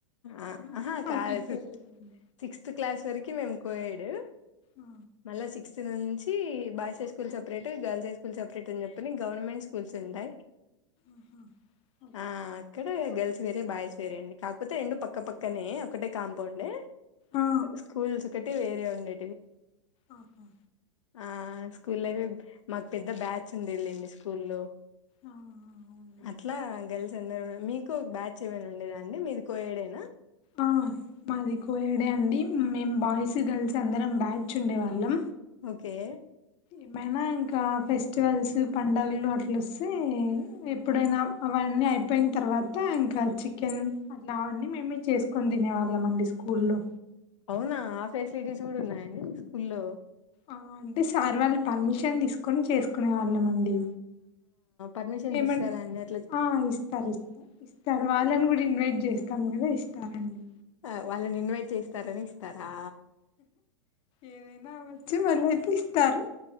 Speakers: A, on the left (about 75°); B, on the left (about 35°).
A: ఆ
B: అందుకే
A: ఆహా
B: మాకు
A: కాదు
B: ఇది
A: ఫిఫ్త్
B: తెలియదండి
A: సిక్స్త్ క్లాస్ వరకి మేము కోయాడు
B: ఆ
A: మళ్ళా సిక్స్ నుంచి boys high school separate girls high school separate అని చెప్పని గవర్నమెంట్ స్కూల్స్ ఉంటా్
B: ఆహా ఓకే
A: ఆ అక్కడ గర్ల్స్ వేరే బాయ్స్ వేరే అండి కాక పోతే రెండు పక్క పక్కనే ఒకటే కాంపౌండ్ే
B: ఆ
A: స్కూల్స్ ఒకటి వేరే ఉండే
B: ఆఓహో
A: ఆ స్కూల్ మాకు పెద్ద బ్యాచ్ ఉంది వెళ్ళండి స్కూల్లో
B: ఆ ఆ, అవునులేండి
A: అట్లా గల్స్ అందరు మీకు బ్యాచ్ ఏమైనా ఉండేదా అండి మీది కోయేడేనా
B: ఆ మాది కోయడే అండి మేం బాగా వయసు గర్ల్స్ అందరం బ్యాచ్ ఉండేవాళ్ళం
A: ఓకే
B: ఏమైనా ఇంకా ఫెస్టివల్స్ పడుగలు అట్లొస్తే ఎప్పుడైనా అవన్నీ అయిపో అ పోయిన తర్వాత ఇంకా చికెన్ అట్లా అవన్నీ మేమే చేసుకొని తినేవాళ్ళ అండి స్కూల్లో
A: అవునా ఆ ఫెసిలిటీస్ కూడా ఉన్నాయండి స్కూల్లో
B: ఆ అంటే సార్ వాళ్ళు పర్మిషన్ తీసుకొని చేసుకునే వాళ్ళం అండి
A: పర్మిషన్
B: ఏమంటే
A: ఇస్తా అ
B: ఆ ఇస్తారు ఇస్తారు ఇస్తారు వాళ్ళని కూడా ఇన్వైట్ చేస్తాం కదా ఇస్తారండి
A: ఆ వాళ్ళని ఇన్వైట్ చేస్తారని ఇస్తారా
B: ఏదైనా అ వచ్చి మళ్ళీ అయితే ఇస్తారు